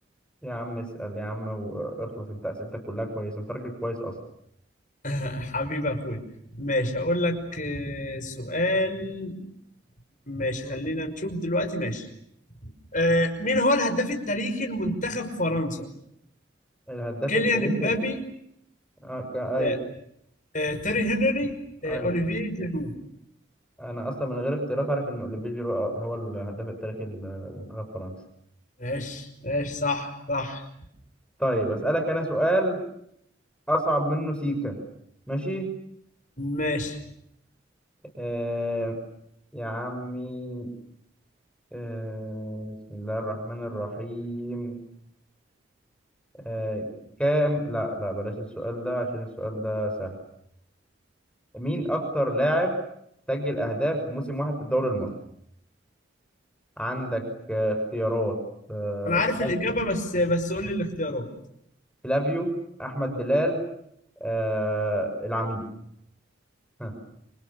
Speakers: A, in the centre; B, on the left.
A: يا عم اسأل يا عم واخلص انت اسئلتك كلها كويسة انت راجل كويس اصلا
B: <laughs> حبيب اخويا ماشي هقول لك آه، سؤال ماشي
A: مم.
B: خلينا نشوف دلوقتي ماشي أه مين هو الهداف التاريخي لمنتخب فرنسا
A: الهداف
B: كيليان
A: التاريخي
B: امبابي
A: ال- آه ك... ايوه
B: أه أه تيري هنري أه
A: ايوه
B: اوليفيه جيرو
A: انا اصلا من غير اختيارات عارف ان اوليفيه جيرو هو الهداف التاريخي لمنتخب فرنسا
B: ماشي ماشي صح صح
A: طيب اسألك انا سؤال اصعب منه سيكا ماشي
B: ماشي
A: آه، يا عمي آه بسم الله الرحمن الرحيم آه كام لا لا بلاش السؤال ده عشان السؤال ده سهل مين أكتر لاعب سجل أهداف في موسم واحد في الدوري المصري عندك آه اختيارات آه
B: انا عارف
A: فلا-
B: الاجابه بس بس قول لي الاختيارات
A: فلافيو أحمد بلال آه العميد ها،